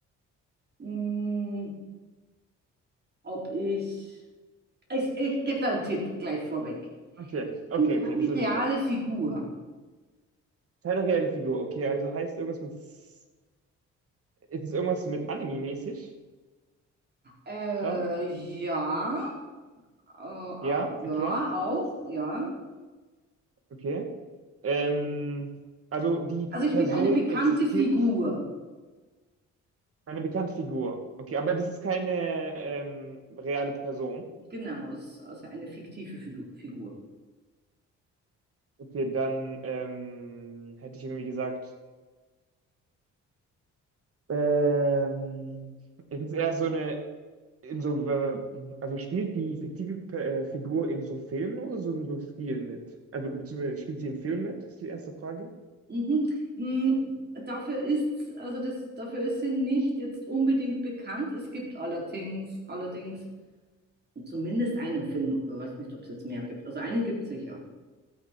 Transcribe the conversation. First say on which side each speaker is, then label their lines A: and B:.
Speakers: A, on the right; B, on the right.
A: mh, ob ich Ich, ich gebe da einen Tipp gleich vorweg.
B: okay,
A: Ich bin
B: okay,
A: keine
B: okay, das ist ja
A: reale
B: super.
A: Figur.
B: Keine reelle Figur, okay, also heißt irgendwas mit, S- ist es irgendwas mit Anime-mäßig
A: Äh,
B: dann?
A: ja, äh, au-
B: Ja,
A: ja,
B: okay,
A: auch, ja.
B: okay. Ähm, also die
A: Also ich
B: Person
A: bin eine bekannte
B: existiert
A: Figur.
B: nicht, eine bekannte Figur. Okay, aber das ist keine ähm, reale Person.
A: Genau, es ist also eine fiktive Figu- Figur.
B: Okay, dann ähm, hätte ich irgendwie gesagt, ähm, ich muss eher so eine in so, äh, also spielt die fiktive Per- äh, Figur in so Filmen oder so in so Spielen mit? Also beziehungsweise spielt sie in Filmen mit, ist die erste Frage.
A: Mhm. Mm, Dafür ist also das, dafür ist sie nicht jetzt unbedingt bekannt. Es gibt allerdings, allerdings zumindest einen Film, ich weiß nicht, ob es jetzt mehr gibt. Also einen gibt es sicher.